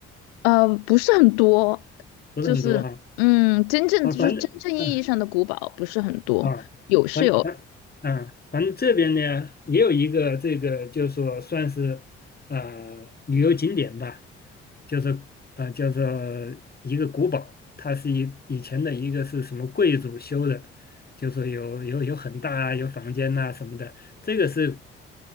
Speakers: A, on the left; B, on the left.
A: 呃不是很多，
B: 不是很多哈。
A: 就是嗯，真正就是真正意义上的古堡不是很多，
B: 啊，反正啊。啊，
A: 有是有，
B: 反反嗯，反正这边呢也有一个这个，就是说算是呃旅游景点吧，就是呃叫做一个古堡，它是以以前的一个是什么贵族修的，就说有有有很大啊，有房间呐、什么的，这个是